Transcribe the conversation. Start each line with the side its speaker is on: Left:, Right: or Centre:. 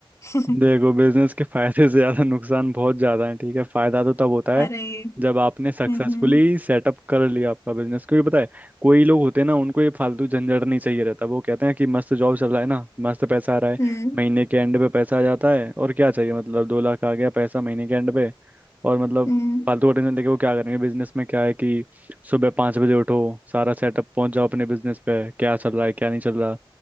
Left: <laughs>
Right: देखो बिजनेस के फायदे से ज्यादा नुकसान बहुत ज्यादा है ठीक है फायदा तो तब होता
Left: अरे
Right: है जब आपने सक्सेसफुली
Left: हम्म
Right: सेटअप कर लिया आपका बिजनेस क्योंकि पता है कोई लोग होते हैं ना उनको ये फालतू झंझट नहीं चाहिए रहता वो कहते हैं कि मस्त जॉब चल रहा है ना मस्त पैसा आ रहा है
Left: हम्म
Right: महीने के एंड पे पैसा आ जाता है और क्या चाहिए मतलब दो लाख आ गया पैसा महीने के एंड पे और मतलब
Left: हम्म
Right: फालतू का टेंशन लेके वो क्या करेंगे बिजनेस में क्या है कि सुबह पाँच बजे उठो सारा सेटअप पहुंच जाओ अपने बिजनेस पे क्या चल रहा है क्या नहीं चल रहा